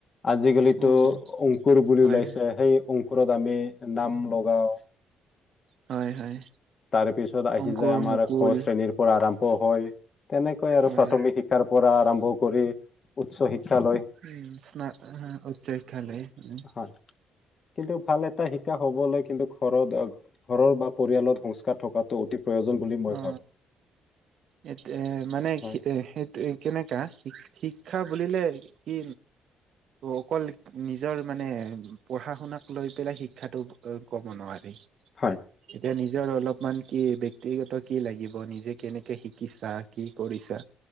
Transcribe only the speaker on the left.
আজিকালিতো
অংকুৰ বুলি
ওলাইছে সেই অং স্কুলত আমি নাম লগাওঁ।
তাৰ পিছত আহি
যায় আমাৰ
ক শ্ৰেণীৰ পৰা আৰম্ভ হয় তেনেকৈ আৰু
প্ৰাথমিক শিক্ষাৰ পৰা আৰম্ভ কৰি উচ্চ শিক্ষালৈ।
হয় কিন্তু ভাল এটা শিকা হবলৈ কিন্তু ঘৰত ঘৰৰ বা পৰিয়ালত সংস্কাৰ থকাটো অতি প্ৰয়োজন। বুলি মই
ভাবোঁ
হয়
হয়।